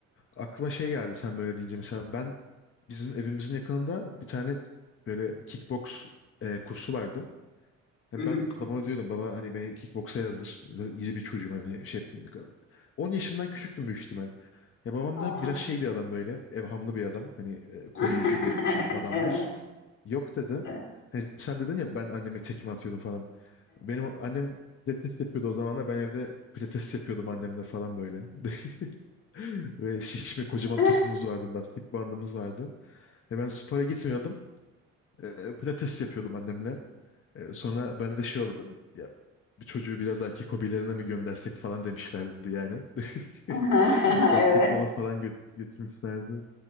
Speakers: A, on the left; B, on the left.
A: Aklıma şey geldi sen böyle deyince mesela ben bizim evimizin yakınında bir tane böyle kickbox e, kursu vardı. Hani
B: Hı hı.
A: ben babama diyordum baba hani beni kickboksa yazdır. Zaten iri bir çocuğum hani şey yapayım. 10 yaşımdan küçüktüm büyük ihtimal. Ya babam
B: Aa.
A: da biraz şey bir adam böyle evhamlı bir adam. Hani e,
B: <laughs>
A: koruyucu bir şey adamdır.
B: Evet,
A: Yok dedi.
B: evet.
A: Hani sen dedin ya ben anneme tekme atıyordum falan. Benim annem pilates yapıyordu o zamanlar. Ben evde pilates yapıyordum annemle falan böyle. <laughs> Ve şişme kocaman
B: <laughs>
A: topumuz vardı. Lastik bandımız vardı. E ben spora gitmiyordum. E, pilates yapıyordum annemle. Ee, sonra bende de şey oldu. Ya bir çocuğu biraz erkek hobilerine mi göndersek falan demişlerdi yani. <laughs>
B: Evet,
A: Basketbola falan göt götürmüşlerdi.